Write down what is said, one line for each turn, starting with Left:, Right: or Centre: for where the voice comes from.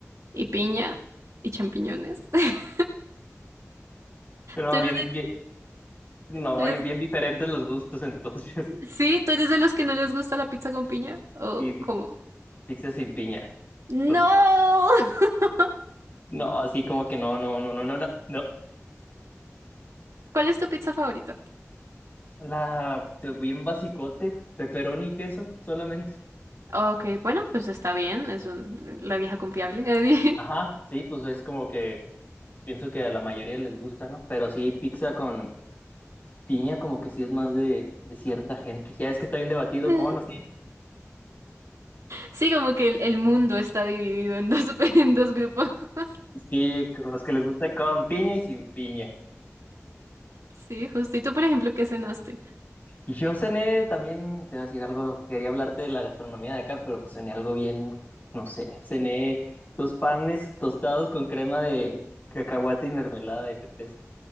Right: y piña y champiñones. <laughs>
Left: Pero no,
Right: ¿Tú eres
Left: bien,
Right: de-
Left: bien, no,
Right: tú
Left: oye,
Right: eres-
Left: bien diferentes los gustos entonces. <laughs>
Right: sí, tú eres de los que no les gusta la pizza con piña? ¿O
Left: Y pi-
Right: cómo?
Left: pizza sin piña,
Right: ¡No!
Left: total.
Right: <laughs>
Left: No, así como que no, no, no, no, no, no, no.
Right: ¿Cuál es tu pizza favorita?
Left: La, te- bien basicote, pepperoni y queso solamente.
Right: Ok, bueno, pues está bien, es un- la vieja confiable. <laughs>
Left: Ajá, sí, pues es como que pienso que a la mayoría les gusta, ¿no? Pero sí, pizza con piña como que sí es más de, de cierta gente. Ya es que está bien debatido,
Right: Mm,
Left: ¿cómo no? Sí,
Right: Sí, como que el, el mundo está dividido en dos, <laughs> en dos grupos. <laughs>
Left: sí, con los que les gusta con piña y sin piña.
Right: Sí, justo. ¿Y tú, por ejemplo, ¿qué cenaste?
Left: Y yo cené también, te voy a decir algo, quería hablarte de la gastronomía de acá, pero pues cené algo bien, no sé, cené dos panes tostados con crema de cacahuate y mermelada de fresa.